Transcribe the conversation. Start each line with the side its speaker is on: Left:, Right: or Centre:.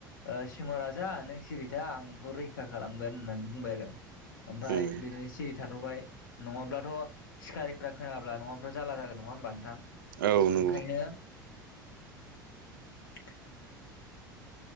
Left: ओ-सिंह' राजा नों सिरिथा आं नोंखौ रैखा खालामगोन होननानै बुंबाय आरो। ओमफ्राय
Right: उम
Left: बिदिनो सिरि थाथ'बाय नङाब्लाथ'। सिखारिफ्रा खोनाब्ला नङाब्ला जारला जागोन नङा होमबा नोंथां?
Right: औ नंगौ।
Left: ओंखायनो <inaudible>